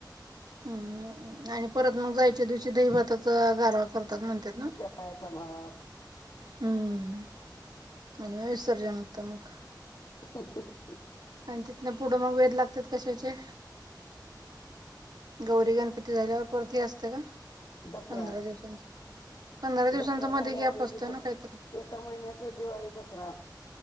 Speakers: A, on the right (about 60°); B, on the left (about 60°).
A: हम्मं आणि परत मगं जायच्या दिवशी दहीभाताचा गारवा करतात म्हणतात ना
B: दहीचा भात
A: हम्मं आणि मगं विसर्जन नंतर मगं
B: ह
A: आणि तिथन पुढं मगं वेद लागतात कशाचे गौरी गणपती झाल्यावर परती असतें कां
B: दसरा
A: पंधरा दिवसांच पंधरा दिवसांचा
B: दसरा झाल्यावर
A: मध्यें गॅप
B: लगेच
A: असतं ना कांहीतरी
B: एका महिन्याचा दिवाळी दसरा